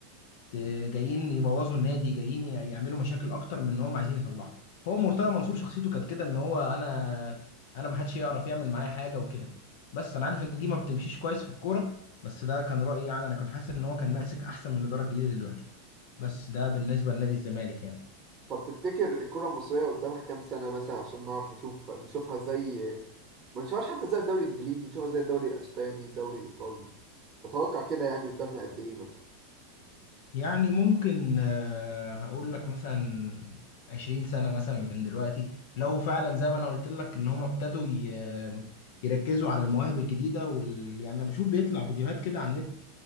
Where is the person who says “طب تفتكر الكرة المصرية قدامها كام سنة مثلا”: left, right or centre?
Right